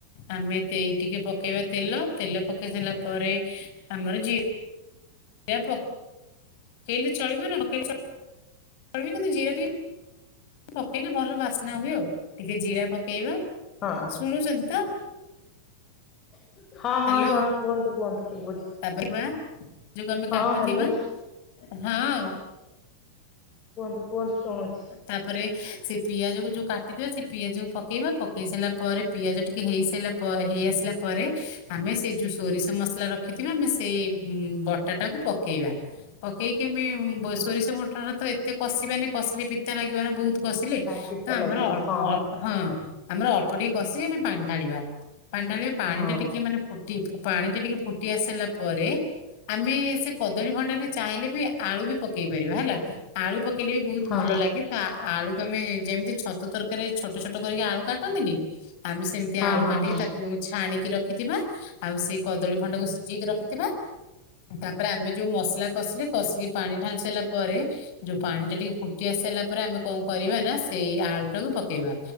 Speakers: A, on the left (about 50°); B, on the left (about 30°).
A: ଆମେ ଟିକେ ପକେଇବା ତେଲ ତେଲ ପକେଇ ସାରିଲା ପରେ ଆମର ଜି ବା ପକ୍ ପକେଇଲେ ଚଳିବ ନପକେଇଲେ ଚଳିବ କିନ୍ତୁ ଜିରା ଟିକେ ପକେଇଲେ ଭଲ ବାସ୍ନା ହୁଏ ଆଉ ଟିକେ ଜିରା ପକେଇବା
B: ହଁ
A: ଶୁଣୁଛନ୍ତି ତ?
B: <inaudible> ହଁ
A: ହ୍ୟାଲୋ
B: ହଁ ହଁ କୁହନ୍ତୁ କୁହନ୍ତୁ। ଶୁଭୁଛି।
A: ତାପରେ ଯୋଉଟା ଆମେ
B: ହଁ
A: କାଟିଥିବା
B: ହାଲୋ
A: ହଁ।
B: କୁହନ୍ତୁ କୁହନ୍ତୁ ଶୁଣୁଛି।
A: ତାପରେ ସେ ପିଆଜ କୁ ଯୋଉ କାଟି କାଟିଥିବା ସେ ପିଆଜକୁ ପକେଇବା ପକେଇ ସାରିଲା ପରେ ପିଆଜ ଟିକେ ହେଇସାରିଲା ପରେ ହେଇ ଆସିଲା ପରେ ଆମେ ସେ ଯୋଉ ସୋରିଷ ମସଲା ରଖିଥିବା ଆମେ ସେଇ ବଟା ଟାକୁ ପକେଇବା, ପକେଇକି ଆମେ ସୋରିଷ ବଟାଟା ତ ଏତେ କଷିବାନି କସଲି ପିତା ଲାଗିବନା ବହୁତ। କସିଲେ
B: ନାଇଁ ପିତା
A: ତ ଆମର
B: ଲାଗିବ
A: ଅଳ୍ପ
B: ହଁ
A: ହଁ ଆମର ଅଳ୍ପ ଟିକେ କଷିକି ଆମେ ପାଣି ଢାଳିବା। ପାଣି ଢାଳିଵେ ପାଣିଟା
B: ହଁ
A: ଟିକେ ମାନେ ଫୁ ପାଣି ଟା ଟିକେ ଫୁଟି ଆସିସାରିଲା ପରେ ଆମେ ସେ କଦଳୀ ଭଣ୍ଡାରେ ଚାହିଁଲେ ବି ଆଳୁ ବି ପକେଇ ପାରିବା ହେଲା ଆଳୁ ପକେଇଲେ ବି ଭଲ
B: ହଁ
A: ଲାଗେ ତ ଆଳୁକୁ ଆମେ ଯେମିତି ଛତୁ ତରକାରୀ ରେ ଛୋଟ ଛୋଟ କରିକି ଆଳୁ କାଟନ୍ତିନି ଆମେ ସେମିତି
B: ହଁ
A: ଆଳୁ
B: ହଁ
A: କାଟିକି
B: ହଁ।
A: ତାକୁ ଛାଣିକି ରଖିଥିବା ଆଉ ସେ କଦଳୀ ଭଣ୍ଡାକୁ ସିଝେଇକି ରଖିଥିବା, ତାପରେ ଆମେ ଯୋଉ ମସଲା କଷିଲେ କଷିକି ପାଣି ଢାଳି ସାରିଲା ପରେ ଯୋଉ ପାଣି ଟା ଟିକେ ଫୁ ଫୁଟିଆସି ସାରିଲା ପରେ ଆମେ କଣ କରିବା ନା ସେଇ ଆଳୁଟାକୁ ପକେଇବା,